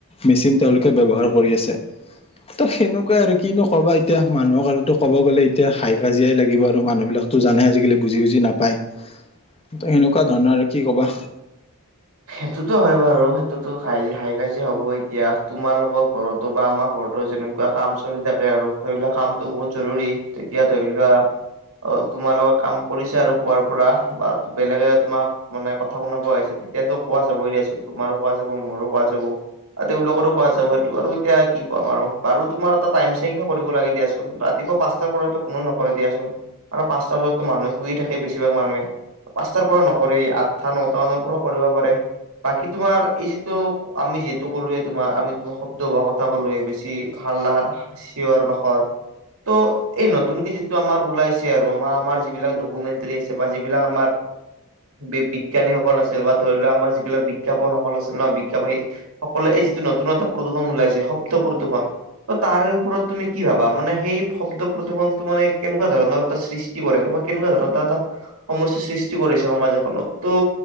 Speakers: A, on the left; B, on the right.
A: মেচিন তেওঁলোক কে ব্যৱহাৰ কৰি আছে ত সেনেকুৱাই আৰু কিনো কবা এতিয়া মানুহক আৰু তো ক'ব গ'লে এতিয়া হাই কাজিয়াই লাগিব আৰু মানুহ বিলাক টো জানে আজিকালি বুজি বুজি নাপায় ত সেনেকুৱা ধৰণৰ আৰু কি ক'বা
B: সেইটোতো হয় বাৰু সেইটোতো হাই, হাই কাজি হ'ব এতিয়া তোমালোকৰ ঘৰত তো বা আমাৰ ঘৰতো যেনেকুৱা কাম চলি থাকে আৰু ধৰি লোৱা কামটো বহুত জৰুৰী তেতিয়া ধৰি লোৱা অ তোমাৰ লগত কাম কৰিছে আৰু পোৱাৰ পৰা বা বেলেগে তোমাক গোনে কথা শুনাব আহিছে তেতিয়াতো কোৱা যাবই দিয়াচোন তোমাৰো কোৱা যাব মোৰো কোৱা যাব আৰু তেওঁলোকৰো কোৱা যাব সেইটো আৰু এতিয়া কি ক'ম আৰু বাৰু তোমাৰ এটা টাইম চাই কিনে কৰিব লাগে দিয়াচোন ৰা ৰাতিপুৱা পাঁচটাৰ পৰাতো কোনো নকৰে দিয়াচোন কাৰণ পাঁচটা বজাতো মানুহে শুইয়ে থাকে বেছিভাগ মানুহে পাঁচটাৰ পৰা নকৰি আঠটা নটা মানৰ পৰা কৰিব পাৰে বাকী তোমাৰ এই যিটো আমি যিহেতু ক'লোয়ে তোমাৰ আমি তোমাৰ শব্দ হোৱা কথা কলোয়ে বেছি হাল্লা চিঞৰ বাখৰ ত' এই নতুনকে যিটো আমাৰ ওলাইছে আৰু আমাৰ আমাৰ যিবিলাক ডকুমেণ্টৰী আছে বা যিবিলাক আমাৰ বি বিজ্ঞানীসকল আছিল বা ধৰি লোৱা আমাৰ যিবিলাক বিজ্ঞাপনসকল আছিল ন বিজ্ঞাপনী সকলোৱে এই যিটো নতুন নতুন প্ৰদূষণ ওলাইছে শব্দ প্ৰদূষণ ত তাৰে ওপৰত তুমি কি ভাবা মানে সেই শব্দ প্ৰদূষণটো মানে কেনেকুৱা ধৰণৰ এটা সৃষ্ টি কৰে বা কেনেকুৱা ধৰণৰ এটা এটা সমস্যাৰ সৃষ্টি কৰিছে সমাজ এখনত তো